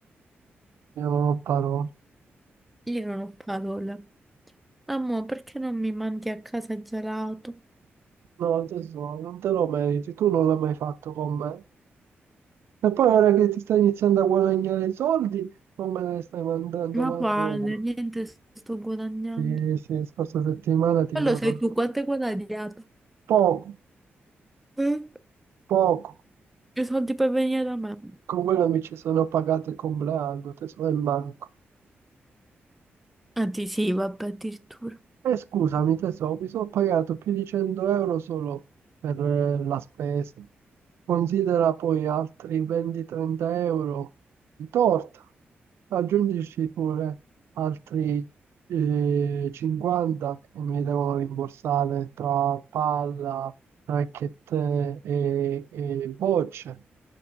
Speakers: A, on the right; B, in the centre.
A: Io non ho parole.
B: Io non ho parole. Amore, perché non mi mandi a casa il gelato?
A: No, tesoro, non te lo meriti, tu non l'hai mai fatto con me. E poi ora che ti stai iniziando a guadagnare i soldi, non me ne stai mandando
B: Ma
A: manco
B: quale?
A: uno.
B: Niente, sto guadagnando.
A: Sì, sì, scorsa settimana ti
B: Quello
A: do
B: sei
A: man-
B: tu, quanto hai guadagnato?
A: poco,
B: Mm?
A: poco.
B: Più soldi per venire da me.
A: Con quello mi ci sono pagato il compleanno, tesoro, e manco.
B: Anzi, sì, vabbè, addirittura.
A: E scusami tesoro, mi sono pagato più di 100 euro solo per eh, la spesa. Considera poi altri 20-30 euro di torta. Aggiungici pure altri eh, 50 che mi devono rimborsare tra palla, racchette e, e bocce.